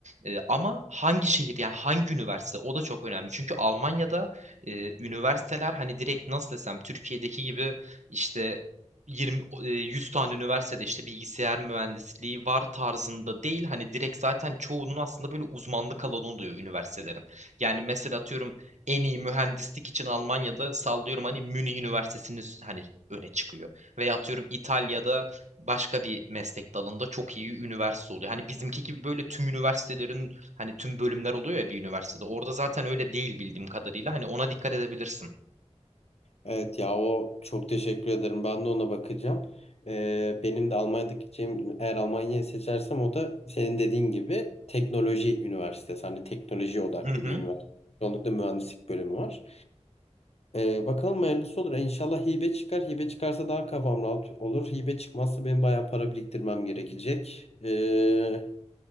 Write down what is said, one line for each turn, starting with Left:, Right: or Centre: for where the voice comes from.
Right: Ee, ama hangi şehir yani hangi üniversite o da çok önemli. Çünkü Almanya'da e, üniversiteler hani direkt nasıl desem Türkiye'deki gibi işte 20 e, 100 tane üniversitede işte bilgisayar mühendisliği var tarzında değil. Hani direkt zaten çoğunun aslında böyle uzmanlık alanı oluyor üniversitelerin. Yani mesela atıyorum en iyi mühendislik için Almanya'da sallıyorum hani Münih Üniversitesi'nin hani öne çıkıyor. Veya atıyorum İtalya'da başka bir meslek dalında çok iyi üniversite oluyor. Hani bizimki gibi böyle tüm üniversitelerin hani tüm bölümler oluyor ya bir üniversitede. Orada zaten öyle değil bildiğim kadarıyla. Hani ona dikkat edebilirsin.
Left: Evet ya o çok teşekkür ederim. Ben de ona bakacağım. Eee, benim de Almanya'daki gideceğim eğer Almanya'yı seçersem o da senin dediğin gibi teknoloji üniversitesi. Hani teknoloji odaklı
Right: Hı hı.
Left: bir üniversite. Çoğunlukla mühendislik bölümü var. Ee, bakalım hayırlısı olur. İnşallah hibe çıkar. Hibe çıkarsa daha kafam rahat olur. Hibe çıkmazsa benim bayağı para biriktirmem gerekecek. Ee,